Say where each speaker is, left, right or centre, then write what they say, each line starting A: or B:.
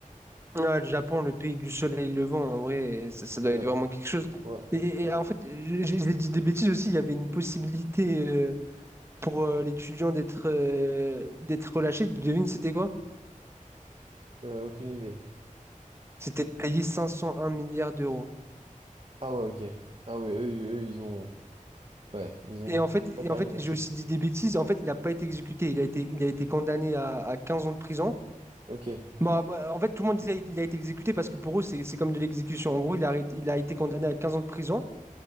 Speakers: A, on the right; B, on the right.
A: Ouais, le Japon, le pays du soleil levant, en vrai, ça, ça doit
B: Ouais,
A: être vraiment quelque chose.
B: ouais.
A: Et,
B: Ouais.
A: et en fait, j'ai j'ai- j'ai dit des bêtises aussi, il y avait une possibilité euh, pour euh, l'étudiant d'être euh, d'être relâché. Devine, c'était quoi?
B: Euh, aucune idée.
A: C'était de payer 501 milliards d'euros.
B: Ah ouais, ok. Ah ouais, eux, eux, ils ont. Ouais, ils ont.
A: Et en fait,
B: Ils sont
A: et
B: pas tergiversé.
A: en fait, j'ai aussi dit des bêtises. En fait, il n'a pas été exécuté. Il a été, il a été condamné à, à 15 ans de prison.
B: Ok.
A: Bon, ah bah, en fait, tout le monde disait qu'il a été exécuté parce que pour eux, c'est c'est comme de l'exécution. En gros, il a, arrêté- il a été condamné à 15 ans de prison.